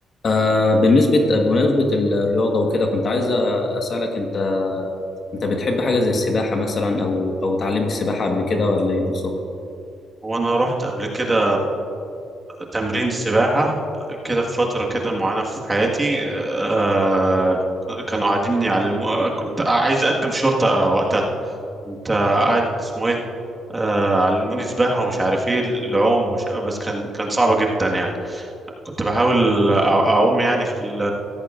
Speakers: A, on the left (about 45°); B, on the right (about 20°).
A: آه بالنسبة بمناسبة الرياضة وكده كنت عايز أسألك أنت أنت بتحب حاجة زي السباحة مثلا أو أو اتعلمت سباحة قبل كده ولا إيه بالظبط؟
B: وانا رحت قبل كده تمرين سباحة كده في فترة كده معينة في حياتي آه كانوا قاعدين يعلموا كنت عايز اقدم شرطة آه، وقتها كنت قاعد اسمه ايه آه علموني سباحة ومش عارف ايه العوم ومش... بس كان كان صعبة جدا يعني كنت بحاول أ- اعوم يعني في ال-